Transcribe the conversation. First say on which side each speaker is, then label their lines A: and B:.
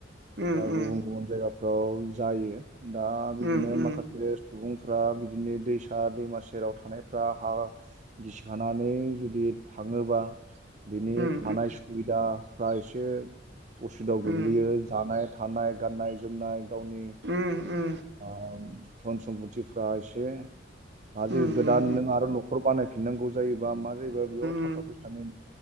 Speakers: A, on the right; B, on the right.
A: उम
B: दा
A: उम
B: गुबुन गुबुन जायगाफ्राव जायो दा बिदिनो
A: उम उम
B: माखासे सुबुं फ्रा बिदिनो दैसा दैमा सेराव थानायफ्रा हा गिसिखानानै जुदि थांङोबा बिनि
A: उम
B: थानाय सुबिदाफ्रा एसे असिदाव गोग्लैयो
A: उम
B: जानाय थानाय गाननाय जोमनाय गावनि
A: उम उम उम
B: ओ धन सम्पथिफ्रा एसे मा जायो
A: उम
B: गोदान
A: उम
B: नों आरो न'खर बानायफिनांगौ जायोबा मा जायोबा बेयाव
A: उम
B: थाखा फैसानि